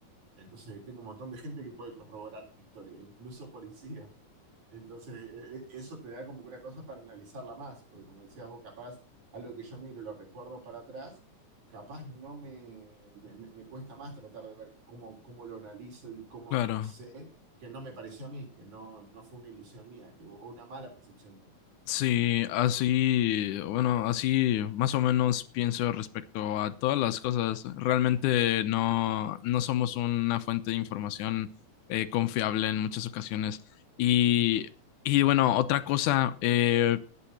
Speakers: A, on the right; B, on the left.
A: Entonces tengo un montón de gente que puede corroborar mi historia, incluso policía. Entonces, e- e- eso te da como una cosa para analizarla más, porque como decías vos, capaz algo que yo miro y lo recuerdo para atrás, capaz no me, me, me- me cuesta más tratar de ver cómo, cómo lo analizo y cómo
B: claro.
A: sé que no me pareció a mí, que no, no fue una ilusión mía, que, o una mala percepción mía.
B: Sí, así, bueno, así más o menos pienso respecto a todas las cosas. Realmente no, no somos una fuente de información eh, confiable en muchas ocasiones. Y,
A: Ujú,
B: y bueno, otra cosa, eh,